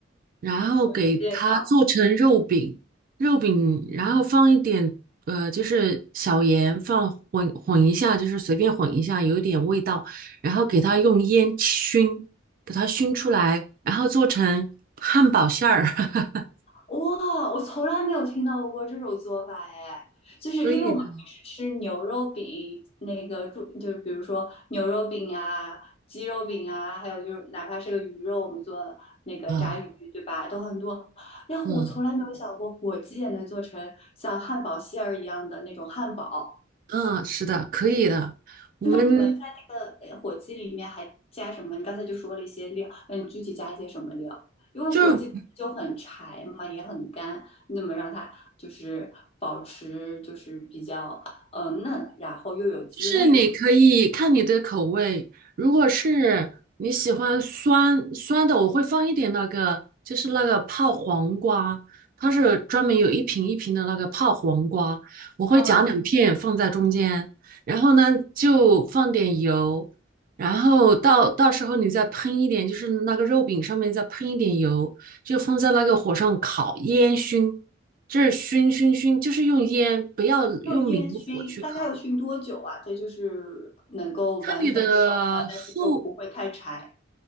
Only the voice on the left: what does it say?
火鸡也烤。
哇，我从来没有听到过这种做法哎，就是因为我们平时吃牛肉饼，
那个猪就是比如说牛肉饼啊、鸡肉饼啊，还有就是哪怕是个鱼肉，我们做那个炸鱼，
对吧？都很多。然后我从来没有想过火鸡也能做成像汉堡馅儿一样的那种汉堡。
那你们在这个呃火鸡里面还加什么？你刚才就说了一些料，那你具体加一些什么料？因为火鸡本身就很柴嘛，
也很干，那么让它就是保持就是比较呃嫩，然后又有滋味嘛。
嗯，
就烟熏，大概要熏多久啊？这就是能够完全熟了，
但是又不会太柴。